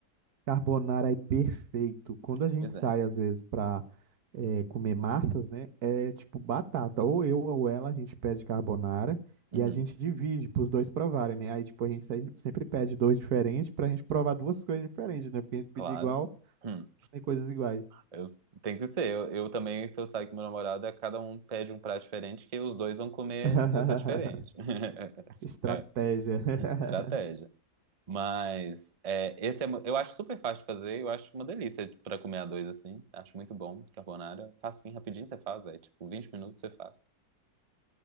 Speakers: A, on the right; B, on the right.
A: Carbonara é perfeito. Quando a gente
B: Pois
A: sai,
B: é.
A: às vezes, para comer massas, né? É tipo batata. Ou eu ou ela, a gente pede carbonara
B: Uhum.
A: e a gente divide para os dois provarem, né? Aí, tipo, a gente se- sempre pede dois diferentes para a gente provar duas coisas diferentes, né? Porque a gente pedir
B: Claro.
A: igual,
B: Hum.
A: tem coisas iguais.
B: Eu- tem que ser. Eu, eu também, se eu sair com meu namorado, é cada um pede um prato diferente que os dois vão comer
A: <laughs>
B: coisa diferente. <laughs>
A: Estratégia.
B: É,
A: <laughs>
B: estratégia. Mas é, esse é, mu- eu acho super fácil de fazer. Eu acho uma delícia pra comer a dois assim. Acho muito bom. Carbonara. Facinho, rapidinho você faz, velho. Tipo, 20 minutos você faz.